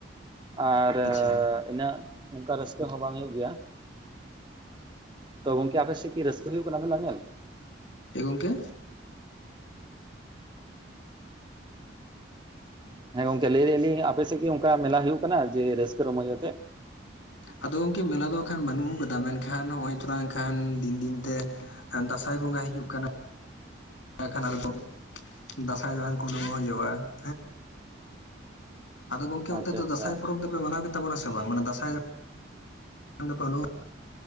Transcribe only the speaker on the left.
ᱟᱪᱪᱷᱟ
ᱮ ᱜᱚᱢᱠᱮ
ᱟᱫᱚ ᱜᱚᱢᱠᱮ ᱢᱮᱞᱟ ᱫᱚ ᱠᱷᱟᱱ ᱵᱟᱹᱱᱩᱜ ᱠᱟᱫᱟ ᱢᱮᱱᱠᱷᱟᱱ ᱱᱚᱜᱼᱚᱭ ᱛᱷᱚᱲᱟ ᱮᱱᱠᱷᱟᱱ ᱫᱤᱱ ᱫᱤᱱ ᱛᱮ ᱫᱟᱸᱥᱟᱭ ᱵᱚᱸᱜᱟᱭ ᱦᱤᱡᱩᱜ ᱠᱟᱱᱟ ᱮᱠᱷᱟᱱ ᱟᱫᱚ ᱠᱚ ᱫᱟᱸᱥᱟᱭ ᱫᱟᱲᱟᱱ ᱠᱚ <unintelligible> ᱟᱫᱚ ᱜᱚᱝᱠᱮ
ᱛᱮ ᱫᱚ
ᱫᱟᱸᱥᱟᱭ ᱯᱚᱨᱚᱵᱽ ᱫᱚᱯᱮ ᱢᱟᱱᱟᱣ ᱜᱮᱛᱟ ᱵᱚᱱᱟ ᱥᱮ ᱵᱟᱝ? ᱢᱟᱱᱮ ᱫᱟᱸᱥᱟᱭ <unintelligible>